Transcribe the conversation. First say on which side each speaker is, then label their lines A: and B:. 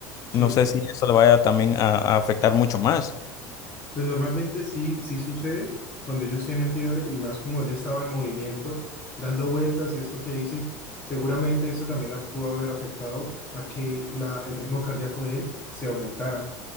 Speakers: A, on the left (about 20°); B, on the left (about 40°).
A: Sí.
B: no sé si eso le vaya también a, a afectar mucho más.
A: Pues normalmente sí, sí sucede cuando ellos tienen fiebre y más como él estaba en movimiento, dando vueltas y esto que dices, seguramente eso también ha- pudo haber afectado a que la, el ritmo cardíaco de él se aumentara.